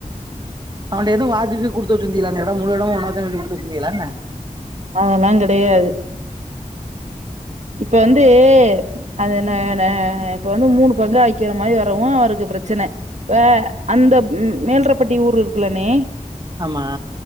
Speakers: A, on the right; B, on the right.
A: அவன்ட எது வாக்குகீக்கு குடுத்த வச்சிருந்தியலா இந்த எடோ முழு எடமு உனக்கு தான்னு சொல்லி குடுத்து வச்சிருந்தியலா என்ன
B: அதெல்லா கெடையாது இப்ப வந்து அது என்ன னா இப்ப வந்து மூணு பங்கா வைக்கிற மாரி வரவு அவருக்கு பிரச்சனை ப அந்த உம் மேல்றப் பட்டி ஊர் இருக்கில்லணே
A: ஆமா